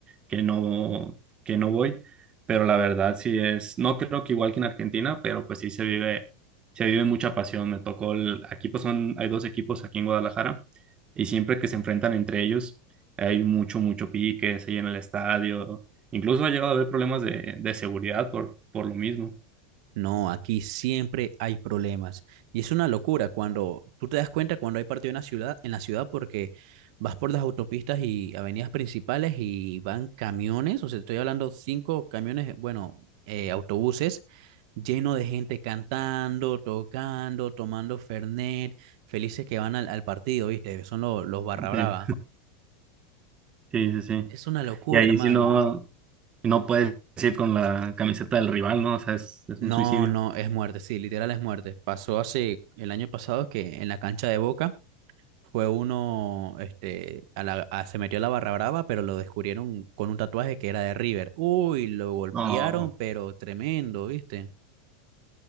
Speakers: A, on the right (about 25°); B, on the right (about 65°).
A: que no, que no voy, pero la verdad sí es, no creo que igual que en Argentina, pero pues sí se vive, se vive mucha pasión. Me tocó el, aquí pues son, hay dos equipos aquí en Guadalajara y siempre que se enfrentan entre ellos hay mucho, mucho pique, se llena el estadio, incluso ha llegado a haber problemas de, de seguridad por, por lo mismo.
B: No, aquí siempre hay problemas. Y es una locura cuando tú te das cuenta cuando hay partido en la ciudad, en la ciudad porque vas por las autopistas y avenidas principales y van camiones, o sea, estoy hablando cinco camiones, bueno, eh, autobuses lleno de gente cantando, tocando, tomando Fernet, felices que van al, al partido, ¿viste? Son lo- los barra brava.
A: Sí, sí, sí. sí.
B: Es una locura,
A: Y ahí
B: hermano.
A: si no, no puedes ir con la camiseta del rival, ¿no? O sea, es, es
B: No,
A: un suicidio.
B: no, es muerte, sí, literal es muerte. Pasó hace el año pasado que en la cancha de Boca fue uno, este, a la, a- se metió a la barra brava, pero lo descubrieron con un tatuaje que era de River. Uy, lo golpearon,
A: No,
B: pero tremendo, ¿viste?